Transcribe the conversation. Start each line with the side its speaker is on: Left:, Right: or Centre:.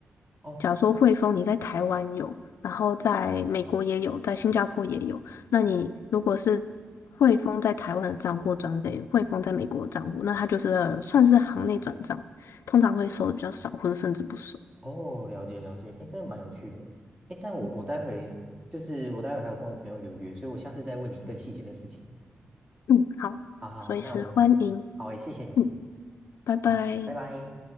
Right: 哦
Left: 假如说汇丰你在台湾有，然后在美国也有，在新加坡也有，那你如果是汇丰在台湾的账户转给汇丰在美国的账户，那它就是呃算是行内转账，通常会收的比较少，或者甚至不收。
Right: 哦，了解了解，哎，这个蛮有趣的。哎，但我我待会就是我待会还有跟我朋友有约，所以我下次再问你更细节的事情。
Left: 嗯，好，
Right: 好好，
Left: 随时欢迎。
Right: 好那我们好诶，谢谢你，
Left: 嗯，拜拜。
Right: 好，拜拜。